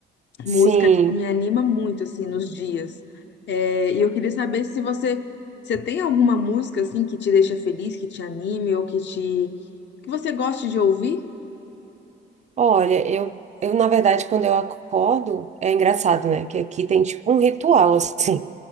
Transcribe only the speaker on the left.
Música, tipo, me anima muito, assim, nos dias. É, e eu queria saber se você, você tem alguma música, assim, que te deixa feliz, que te anime ou que te... que você goste de ouvir?